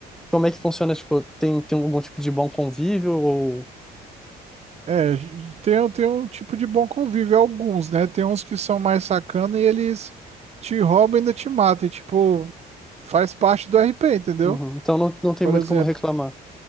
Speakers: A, in the centre; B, on the right.
A: Como é que funciona? Tipo, tem, tem algum tipo de bom convívio ou...
B: É, j- tem, um- tem um tipo de bom convívio, alguns, né? Tem uns que são mais sacana e eles te roubam e ainda te matam. E, tipo, faz parte do RP, entendeu?
A: Uhum, Então não, não tem
B: Por
A: muito
B: exemplo.
A: como reclamar.